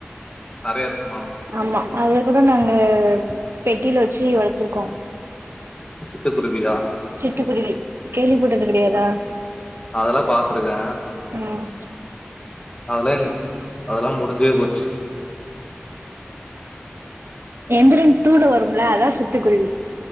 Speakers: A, on the left; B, on the right.
A: நறைய இருக்குமா
B: ஆமா அத கூட நாங்க பெட்டில வச்சி வளத்துருக்கோ
A: சிட்டுக்குருவியா?
B: சிட்டுகுருவி கேள்விபட்டது கெடயாதா
A: அதல்லா பாத்துருக்க
B: ம்
A: அதல்லா எங் அதல்லா முடிஞ்சே போச்சு
B: எந்திரன் டூல வரும்ல அதா சிட்டுக்குருவி